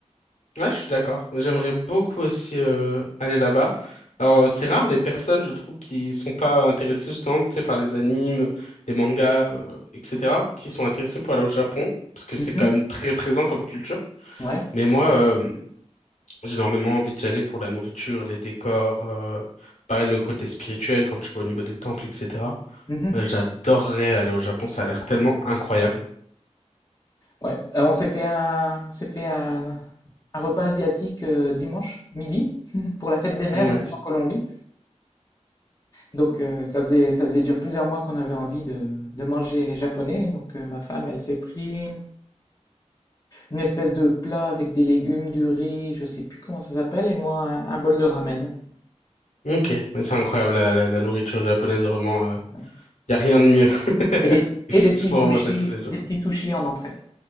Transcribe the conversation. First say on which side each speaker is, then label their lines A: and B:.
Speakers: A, on the left; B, on the left.
A: ouais, je suis d'accord. J'aimerais beaucoup aussi euh, aller là-bas. Alors, euh, c'est rare les personnes, je trouve, qui sont pas intéressées justement, tu sais, par les animes, les mangas, euh, etc., qui sont intéressées pour aller au Japon, parce que
B: Mhm.
A: c'est quand même très présent comme culture.
B: Ouais.
A: Mais moi, euh, J'ai énormément envie d'y aller pour la nourriture, les décors, euh, pareil le côté spirituel quand tu vas au niveau des temples, etc.
B: Mhm.
A: Euh, J'adorerais aller au Japon, ça a l'air tellement incroyable.
B: Ouais. Euh, on s'est fait un, on s'est fait un, un repas asiatique euh, dimanche midi <laughs> pour la fête des mères
A: Ouais,
B: ici en Colombie. Donc, heu, ça faisait ça faisait déjà plusieurs mois qu'on avait envie de de manger japonais, donc heu, ma femme, elle s'est pris une espèce de plat avec des légumes, du riz, je sais plus comment ça s'appelle et moi un un bol de ramen.
A: ok, Mais c'est incroyable, la, la- la nourriture japonaise, vraiment, euh,
B: Ouais
A: y a rien de mieux. <laughs>
B: et des et des petits
A: Je pourrais
B: sushis
A: en manger tous les jours,
B: des petits sushis en entrée.